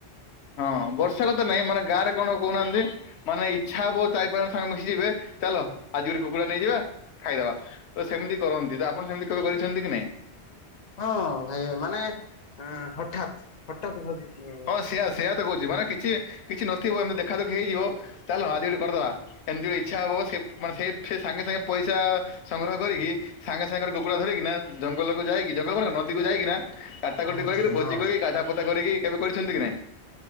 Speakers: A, on the left (about 75°); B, on the left (about 50°).
A: ହଁ ବର୍ଷା କଥା ନାଇଁ ମାନେ ଗାଁରେ କଣ କହୁନାହାନ୍ତି ମାନେ ଇଚ୍ଛା ହବ ଚାରି ପାଞ୍ଚ ଜଣ ସାଙ୍ଗେ ମିଶିଯିବେ ଚାଲ ଆଜି ଗୋଟେ କୁକୁଡ଼ା ନେଇଯିବା ଖାଇଦବା ତ ସେମିତି କରନ୍ତି ତ ଆପଣ ସେମିତି କେବେ କରିଛନ୍ତି କି ନାଇଁ?
B: ହଁ ଭାଇ ମାନେ ହଠାତ୍ ହଠାତ୍ ଭଜିତିଏ
A: ହଁ ସେଆ ସେୟା ତ କହୁଛି ମାନେ କିଛି କିଛି ନଥିବ ଏମିତି ଦେଖାଦୁଖି ହେଇଯିବ ଚାଲ ଆଜି ଗୋଟେ କରିଦବା ଏମିତି ଗୋ ଇଚ୍ଛା ହବ ସେ ମାନେ ସେ ଫେ ସାଙ୍ଗେ ସାଙ୍ଗେ ପଇସା ସଂଗ୍ରହ କରିକି ସାଙ୍ଗେ ସାଙ୍ଗରେ କୁକୁଡ଼ା ଧରିକିନା ଜଙ୍ଗଲକୁ ଯାଇକି ଜଙ୍ଗଲ ମାନେ କଣ ନଦୀକୁ ଯାଇକିନା କାଟା
B: ହଁ
A: କଟି
B: ଅଧିକ
A: କରକରି ଭୋଜି
B: ହଁ ଭାଇ
A: କହିକି ଗାଧା ପାଧ କରିକି କେବେ କରିଛନ୍ତି କି ନାଇଁ